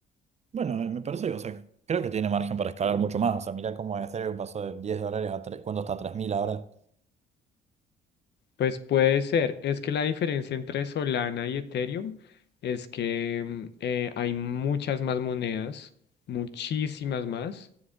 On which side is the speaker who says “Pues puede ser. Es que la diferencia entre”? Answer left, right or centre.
Left